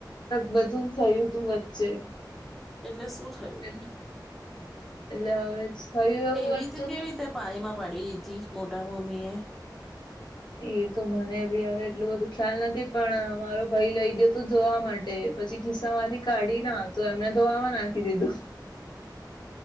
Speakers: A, on the left (about 70°); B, in the centre.
A: બધું થયું તું વચ્ચે.
B: એટલે શું થયું?
A: એ
B: હતું
A: એટલે હવે થયું એવું
B: એવી
A: હતું
B: તે કેવી રીતે પાણીમાં પાડી દીધી, મોટામમ્મી એ.
A: એતો મને ભી હવે એટલું બધું ખ્યાલ નથી, પણ મારો ભાઈ લઈ ગયો હતો જોવા માટે. એ પછી ખિસ્સા માંથી કાઢી ના તો, એમને ધોવા નાખી દીધું.